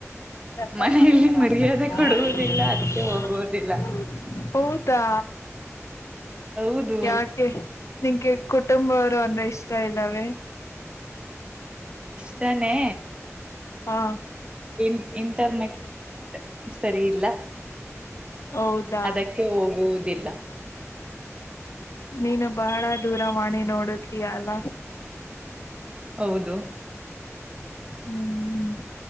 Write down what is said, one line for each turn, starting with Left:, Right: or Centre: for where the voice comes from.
Left: ೆಫರ್
Right: ಮನೆಯಲ್ಲಿ
Left: ಮಾಡಿದ್ದಾರೆ
Right: ಮರ್ಯಾದೆ
Left: ಅಂತ <unintelligible>
Right: ಕೊಡುವುದಿಲ್ಲ ಅದಕ್ಕೆ ಹೋಗುವುದಿಲ್ಲ
Left: ತ್ತಾ
Right: ಹೌದು
Left: ಯಾಕೆ ನಿಂಗೆ ಕುಟುಂಬವರು ಅಂದ್ರ ಇಷ್ಟ ಇದ್ದಾವೆ
Right: ತ್ತನೆ
Left: ಹಾ
Right: ಇನ್ ಇಂಟರ್ನೆಟ್ ಸರಿ ಇಲ್ಲ
Left: ಹೌದಾ
Right: ಅದಕ್ಕೆ ಹೋಗುವುದಿಲ್ಲ
Left: ನೀನು ಬಹಳ ದೂರವಾಣಿ ನೋಡುತ್ತಿದ್ದೀಯಲ್ಲ
Right: ಹೌದು
Left: ಹ್ಮ್